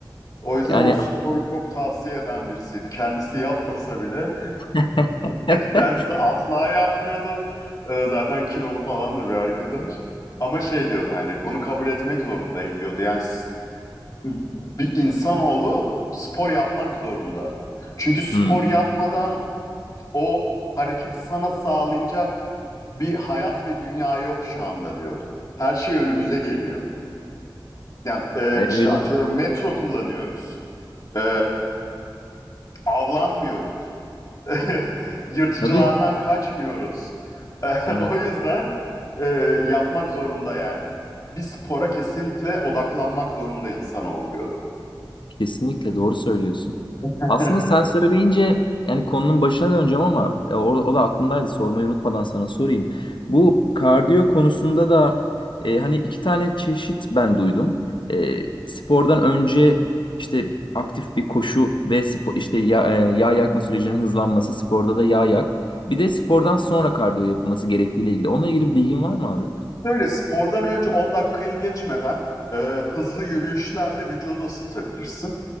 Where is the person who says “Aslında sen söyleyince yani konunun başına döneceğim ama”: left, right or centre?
Left